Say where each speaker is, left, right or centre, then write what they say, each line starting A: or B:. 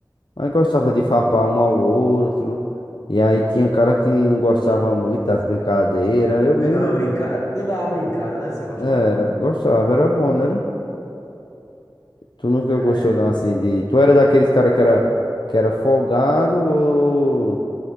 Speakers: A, on the left; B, on the left.
A: Mas gostava de farpar um ao outro. E aí tinha cara que não gostava muito das brincadeiras. Eu
B: De
A: mesmo.
B: dar uma brincada, de dar uma brincada, né? Você gostava?
A: Era, gostava, era bom, né? Tu nunca
B: É.
A: gostou não assim de. Tu era daqueles cara que era que era folgado ou